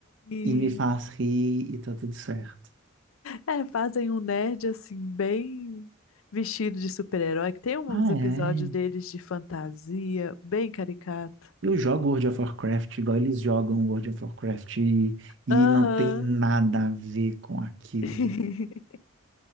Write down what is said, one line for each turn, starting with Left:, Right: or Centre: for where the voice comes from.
Left: Sim.
Right: e me faz rir e tá tudo certo.
Left: É, fazem um nerd assim, bem vestido de super-herói, que tem uns
Right: Ah,
Left: episódios
Right: é.
Left: deles de fantasia, bem caricato.
Right: Eu jogo World of Warcraft igual eles jogam World of Warcraft e, e
Left: Aham.
Right: não tem nada a ver com aquilo.
Left: <laughs>